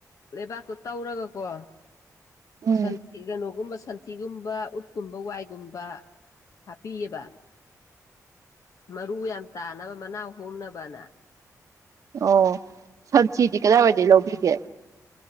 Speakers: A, on the left; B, on the right.
A: ꯂꯩꯕꯥꯛꯇꯣ ꯇꯧꯔꯒꯀꯣ
B: ꯎꯝ
A: ꯁꯟ ꯁꯤ ꯀꯩꯅꯣꯒꯨꯝꯕ ꯁꯟꯊꯤꯒꯨꯝꯕ ꯎꯠꯀꯨꯝꯕ ꯋꯥꯏꯒꯨꯝꯕ ꯍꯥꯞꯄꯤꯌꯦꯕ ꯃꯔꯨ ꯌꯥꯝ ꯇꯥꯅꯕ ꯃꯅꯥ ꯍꯣꯝꯅꯕꯅ
B: ꯑꯣ ꯁꯟꯊꯤꯗꯤ ꯀꯗꯥꯏꯋꯥꯏꯗ ꯂꯧꯕꯤꯒꯦ